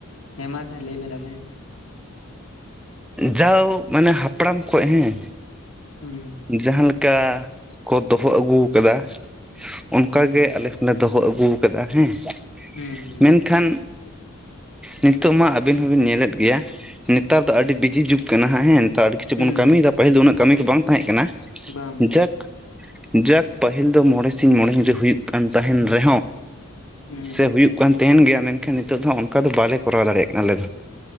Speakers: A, on the left; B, in the centre.
A: ᱦᱮᱸ ᱢᱟᱦ ᱛᱟᱦᱞᱮ‌ ᱞᱟᱹᱭ ᱵᱮᱱ ᱟᱵᱮᱱ᱾
B: ᱡᱟᱣ ᱢᱟᱱᱮ ᱦᱟᱯᱲᱟᱢ ᱠᱷᱚᱪ ᱦᱮᱸ᱾
A: ᱦᱩᱸ᱾
B: ᱡᱟᱦᱟᱸ ᱞᱮᱠᱟ ᱠᱚ ᱫᱚᱦᱚ ᱟᱹᱜᱩ ᱟᱠᱟᱫᱟ ᱚᱱᱠᱟ
A: ᱦᱩᱸ
B: ᱜᱮ ᱟᱞᱮ ᱞᱮ ᱫᱚᱦᱚ ᱟᱹᱜᱩ ᱟᱠᱟᱫᱟ ᱦᱮᱸ
A: ᱦᱩᱸ ᱦᱩᱸ
B: ᱢᱮᱱ ᱠᱷᱟᱱ ᱱᱤᱛᱚᱜ ᱢᱟᱸ ᱟᱵᱤᱱ ᱦᱚᱸᱵᱤᱱ ᱧᱮᱞᱮᱫ ᱜᱮᱭᱟ ᱱᱮᱛᱟᱨ ᱫᱚ ᱟᱹᱰᱤ ᱵᱤᱡᱤ ᱡᱩᱜᱽ ᱠᱟᱱᱟ ᱦᱟᱸ ᱦᱮᱸ᱾ ᱛᱚ ᱟᱹᱰᱤ ᱠᱤᱪᱷᱩᱵᱩᱱ
A: ᱦᱩᱸ
B: ᱠᱟᱹᱢᱤᱭᱮᱫᱟ ᱯᱟᱹᱦᱤᱞ ᱫᱚ ᱩᱱᱟᱹᱜ ᱠᱟᱹᱢᱤ ᱠᱚ ᱵᱟᱝ ᱛᱟᱦᱮᱸ ᱠᱟᱱᱟ
A: ᱵᱟᱝ ᱵᱟᱝ
B: ᱡᱟᱠ, ᱡᱟᱠ᱾ ᱯᱟᱹᱦᱤᱞ ᱫᱚ ᱢᱚᱲᱮ ᱥᱤᱧ ᱢᱚᱲᱮ ᱧᱤᱱᱫᱟᱹ ᱦᱩᱭᱩᱜ ᱠᱟᱱ ᱛᱟᱦᱮᱱ ᱨᱮ᱾
A: ᱦᱩᱸ
B: ᱥᱮ ᱦᱩᱭᱩᱜ ᱠᱟᱱ ᱛᱟᱦᱮᱱ ᱜᱮᱭᱟ ᱢᱮᱱ ᱠᱷᱟᱱ ᱱᱤᱛᱚᱜ ᱫᱚ ᱦᱟᱜ ᱚᱱᱠᱟ ᱫᱚ ᱵᱟᱞᱮ ᱠᱚᱨᱟᱣ ᱫᱟᱲᱮᱭᱟᱜ ᱠᱟᱱᱟ ᱟᱞᱮ ᱫᱚ᱾